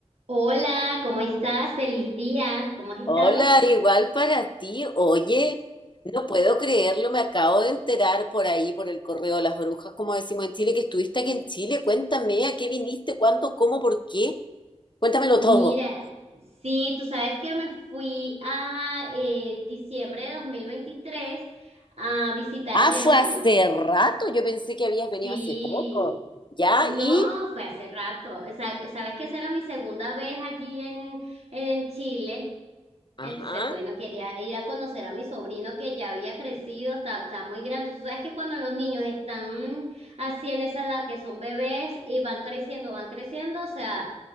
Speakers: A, on the right; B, on the left.
A: Hola, ¿cómo estás? Feliz día. ¿Cómo has estado?
B: Hola, igual para ti. Oye, no puedo creerlo, me acabo de enterar por ahí, por el correo de las brujas, como decimos en Chile, que estuviste aquí en Chile. Cuéntame, ¿a qué viniste? ¿Cuándo? ¿Cómo? ¿Por qué? Cuéntamelo
A: Mira,
B: todo.
A: sí, tú sabes que me fui a eh, diciembre de 2023 a visitar
B: Ah,
A: a mi
B: fue
A: hermano.
B: hace rato, yo pensé que habías venido
A: Sí,
B: hace poco. ¿Ya?
A: no,
B: ¿Y?
A: fue hace rato. O sea, sabes que esa era mi segunda vez allí en, en Chile
B: Ajá.
A: Entonces, bueno, quería ir a conocer a mi sobrino que ya había crecido, está, está muy grande. Tú sabes que cuando los niños están así en esa edad que son bebés y van creciendo, van creciendo, o sea,